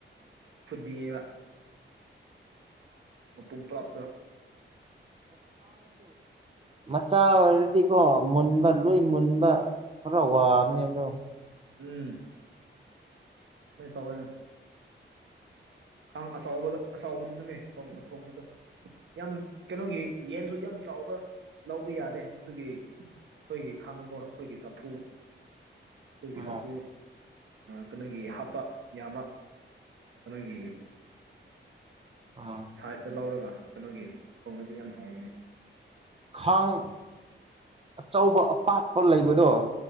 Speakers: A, on the right; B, on the right.
A: ꯐꯨꯗꯤꯑꯕ ꯃꯄꯨꯝ ꯄꯂꯥꯞꯇ꯭ꯔꯣ
B: ꯃꯆꯥꯥ ꯑꯦꯇꯀ ꯃꯨꯟꯕ ꯂꯨꯏ ꯃꯨꯟꯕ ꯈꯔ ꯋꯥꯕꯅꯦ ꯑꯗꯣ
A: ꯎꯝ ꯅꯣꯏ ꯇꯧꯋꯦ ꯑꯪ ꯑꯆꯕꯗ ꯑꯆꯥꯎꯕꯗꯨꯗꯅꯦ ꯊꯣꯡꯕ ꯊꯣꯡꯕꯗꯣ ꯌꯥꯝ ꯀꯩꯅꯣꯒꯤ ꯌꯦꯟꯁꯨ ꯌꯥꯝ ꯆꯥꯎꯕ ꯂꯧꯕ ꯌꯥꯗꯦ ꯑꯗꯨꯒꯤ ꯑꯩꯈꯣꯏꯒꯤ ꯈꯥꯡꯒ ꯑꯩꯈꯣꯏꯒꯤ ꯆꯐꯨ ꯑꯩꯈꯣꯏꯒꯤ
B: ꯑꯥ
A: ꯆꯐꯨ ꯀꯩꯅꯣꯒꯤ ꯍꯥꯞ ꯍꯥꯠꯄ ꯌꯥꯕ ꯑꯩꯈꯣꯏꯒꯤ
B: ꯑꯥ
A: ꯁꯥꯏꯖꯇ ꯂꯧꯔꯒ ꯑꯗꯨꯩꯅꯣꯒꯤ ꯊꯣꯡꯅꯗꯤ ꯌꯥꯝ ꯍꯥꯎꯅꯤ
B: ꯈꯥꯡ ꯑꯆꯧꯕ ꯑꯄꯥꯛꯄ ꯂꯩꯕꯗꯣ